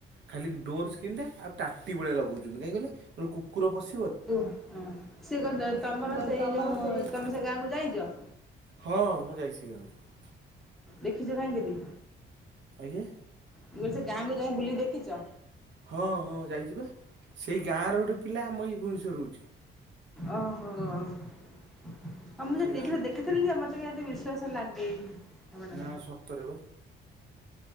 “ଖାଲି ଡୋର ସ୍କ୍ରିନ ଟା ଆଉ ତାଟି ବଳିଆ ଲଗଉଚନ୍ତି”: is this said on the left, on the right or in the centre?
Right